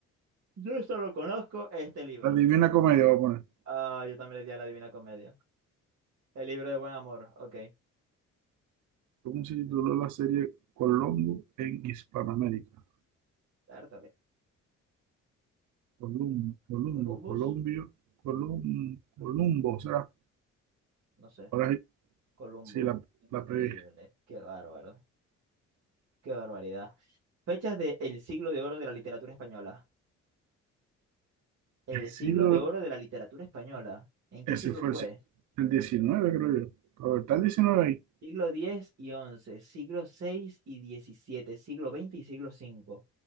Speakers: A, on the right (about 55°); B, on the right (about 75°).
A: Yo solo conozco este libro.
B: La Divina Comedia voy a poner.
A: Ah, yo también le di a La Divina Comedia. El libro de buen amor, ok.
B: ¿Cómo se tituló la serie Colombo en Hispanoamérica?
A: Dártale.
B: Columbo, Columbo,
A: Columbus,
B: Colombio, Colum- Columbo, será.
A: no sé.
B: Ahora sí,
A: Columbo.
B: sí, la,
A: Increíble.
B: la pegué.
A: Qué bárbaro. Qué barbaridad. Fechas de el siglo de oro de la literatura española. El
B: El siglo
A: siglo de oro de la literatura española. ¿En qué
B: Ese
A: siglo
B: fue
A: fue?
B: el, si- el 19, creo yo. Pero está el diecinueve ahí.
A: Siglo X y once, siglo seis y diecisiete, siglo veinte y siglo V.